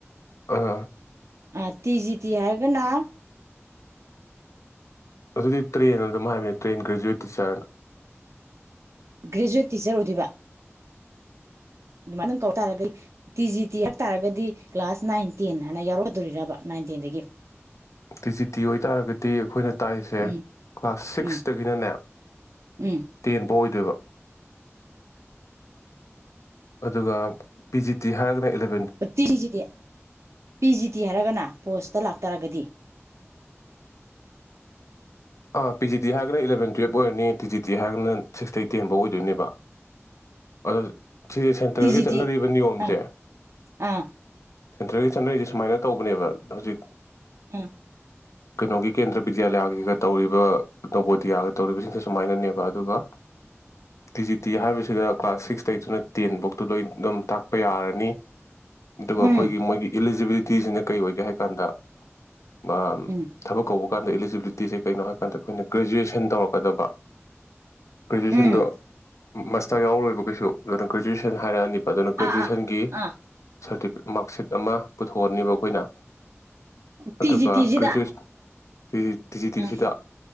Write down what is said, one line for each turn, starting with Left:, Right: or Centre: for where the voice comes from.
Left: ꯑꯥ
Right: ꯑ ꯇꯤ ꯖꯤ ꯇꯤ ꯍꯥꯏꯔꯒꯅꯥ
Left: ꯑꯗꯨꯗꯤ ꯇ꯭ꯔꯦꯟ ꯑꯗꯨꯝ ꯍꯥꯏꯕꯅꯤ ꯇ꯭ꯔꯦꯟ ꯒ꯭ꯔꯦꯖꯨꯋꯦꯠ ꯇꯤꯆꯔ ꯑꯅ
Right: ꯒ꯭ꯔꯦꯖꯨꯋꯦꯠ ꯇꯤꯆꯔ ꯑꯣꯏꯗꯨꯕ ꯑꯗꯨꯃꯥꯏꯗꯪ ꯀꯧꯔꯛ ꯇꯥꯔꯒꯗꯤ ꯇꯤ ꯖꯤ ꯇꯤ ꯍꯞ ꯇꯥꯔꯒꯗꯤ ꯀ꯭ꯂꯥꯁ ꯅꯥꯏꯟ ꯇꯦꯟ ꯍꯥꯏꯅ ꯌꯥꯎꯔꯛꯗꯣꯝꯔꯤꯔꯕ ꯅꯥꯏꯟ ꯇꯦꯟꯗꯒꯤ
Left: ꯇꯤ ꯖꯤ ꯇꯤ ꯑꯣꯏꯇꯥꯥꯔꯒꯗꯤ ꯑꯩꯈꯣꯏꯅ ꯇꯥꯛꯏꯁꯦ
Right: ꯎꯝ
Left: ꯀ꯭ꯂꯥꯁ ꯁꯤꯛꯁꯇꯒꯤꯅꯅꯦ
Right: ꯎꯝ ꯎꯝ
Left: ꯇꯦꯟꯐꯥꯎ ꯑꯣꯏꯗꯣꯏꯕ ꯑꯗꯨꯒ ꯄꯤ ꯖꯤ ꯇꯤ ꯍꯥꯏꯔꯒꯅ ꯑꯦꯂ
Right: ꯄꯤꯖꯤꯗꯤ ꯄꯤ ꯖꯤꯇꯤ ꯍꯥꯏꯔꯒꯅ ꯄꯣꯁꯇ ꯂꯥꯛꯇꯥꯔꯒꯗꯤ
Left: ꯑ ꯄꯤꯖꯤ ꯇꯤ ꯍꯥꯏꯔꯒꯅ ꯏꯂꯚꯦꯟ ꯇꯨꯌꯦꯜꯞ ꯑꯣꯏꯔꯅꯤ ꯇꯤ ꯖꯤ ꯇꯤ ꯍꯥꯏꯔꯒꯅ ꯁꯤꯛ ꯇꯒꯤ ꯇꯦꯟꯐꯧ ꯑꯣꯏꯗꯣꯏꯅꯦꯕ ꯑꯗꯣ ꯁꯤ ꯁꯦꯟꯇ꯭ꯔꯦꯜꯒꯤ
Right: ꯇꯤ ꯖꯤ
Left: ꯆꯠꯅꯔꯤꯕ
Right: ꯇꯤ
Left: ꯅꯤꯌꯣꯝꯁꯦ
Right: ꯑꯥ ꯑꯥ
Left: ꯁꯦꯟꯇ꯭ꯔꯒꯤ ꯆꯠꯅꯔꯤꯁꯦ ꯁꯨꯃꯥꯏꯅ ꯇꯧꯕꯅꯦꯕ ꯍꯧꯖꯤꯛ
Right: ꯎꯝ
Left: ꯀꯩꯅꯣꯒꯤ ꯀꯦꯟꯗ꯭ꯔ ꯕꯤꯗ꯭ꯌꯥꯂꯌꯥꯒꯤꯒ ꯇꯧꯔꯤꯕ ꯅꯣꯕꯣꯗꯤꯌꯥꯒ ꯇꯧꯔꯤꯕꯁꯤꯡꯁꯦ ꯁꯨꯃꯥꯏꯅꯅꯦꯕ ꯑꯗꯨꯒ ꯇꯤ ꯖꯤ ꯇꯤ ꯍꯥꯏꯕꯁꯤꯗ ꯀ꯭ꯂꯥꯁ ꯁꯤꯛꯁ ꯇꯩꯗꯨꯅ ꯇꯦꯟꯕꯨꯛꯇꯨ ꯂꯣꯏ ꯑꯗꯨꯝ ꯇꯥꯛꯄ ꯌꯥꯔꯅꯤ ꯑꯗꯨꯒ ꯑꯩꯈꯣꯏꯒꯤ
Right: ꯎꯝ
Left: ꯃꯣꯏꯒꯤ ꯏꯂꯤꯖꯤꯕꯤꯂꯤ ꯇꯤꯁꯤꯅ ꯀꯩ ꯑꯣꯏꯒꯦ ꯍꯥꯏ ꯀꯥꯟꯗ ꯃꯥ
Right: ꯎꯝ
Left: ꯊꯕꯛ ꯀꯧꯕ ꯀꯥꯟꯗ ꯑꯦꯂꯤꯖꯤꯕꯤꯂꯤ ꯇꯤꯁꯦ ꯀꯩꯅꯣ ꯍꯥꯏꯀꯥꯟꯗ ꯑꯩꯈꯣꯏꯅ ꯒ꯭ꯔꯦꯖꯨꯑꯦꯁꯟ ꯇꯧꯔꯛꯀꯗꯕ ꯒ꯭ꯔꯦꯖꯨꯌꯦꯁꯟꯗꯣ
Right: ꯎꯝ
Left: ꯃꯥꯁꯇꯔ ꯌꯥꯎꯔꯣꯏꯕ ꯀꯩꯁꯨ ꯑꯗꯨꯅ ꯒ꯭ꯔꯦꯖꯨꯋꯦꯁꯟ ꯍꯥꯏꯔꯛꯑꯅꯤ ꯑꯗꯨꯅ ꯒ꯭ꯔꯦꯖꯨꯌꯦꯁꯟꯒꯤ
Right: ꯑꯥ ꯑꯥ ꯑꯥ
Left: ꯁꯔꯇꯤꯐꯤ ꯃꯥꯔꯛꯁꯤꯠ ꯑꯃ ꯄꯨꯊꯣꯛꯑꯅꯤꯕ ꯑꯩꯈꯣꯏꯅ
Right: ꯇꯤ
Left: ꯑꯗꯨꯒ
Right: ꯖꯤ ꯇꯤꯁꯤꯗ
Left: ꯒ꯭ꯔꯦꯖꯨꯌꯦꯠꯁ ꯠꯤ ꯇꯤꯖꯤ ꯇꯤ
Right: ꯎꯝ
Left: ꯁꯤꯗ